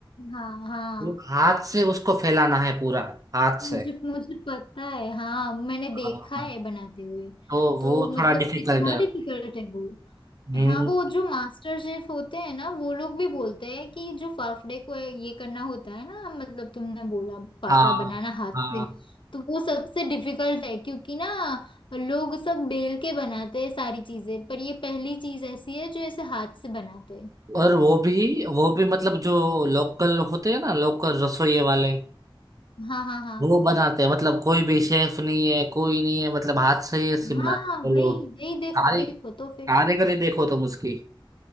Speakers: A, on the left; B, on the right.
A: हाँ हाँ
B: वो हाथ से उसको फैलाना है पूरा हाथ से
A: मुझे मुझे पता है हाँ मैंने देखा
B: हाँ,
A: है बनाते हुए
B: तो वो
A: तो मतलब
B: थोड़ा डिफिकल्ट
A: कितना
B: है
A: डिफिकल्ट है वो
B: हम्म
A: हाँ वो जो मास्टर शेफ होते हैं ना वो लोग भी बोलते हैं कि जो फाफड़े को ये करना होता है ना मतलब तुमने बोला फाफड़ा
B: हाँ
A: बनाना हाथ
B: हाँ
A: से तो वो सबसे डिफिकल्ट है क्योंकि ना लोग सब बेल के बनाते हैं सारी चीजें पर ये पहली चीज ऐसी है जो ऐसे हाथ से बनाते हैं
B: और वो भी वो भी मतलब जो लोकल होते हैं ना लोकल रसोई वाले
A: हाँ हाँ हाँ
B: वो बनाते हैं मतलब कोई भी शेफ नहीं है कोई नहीं है मतलब हाथ से ही ऐसे
A: हाँ
B: बनाते हैं
A: भाई
B: बोलो
A: वही देखो
B: कारी
A: देखो तो फिर
B: कारीगरी देखो तुम उसकी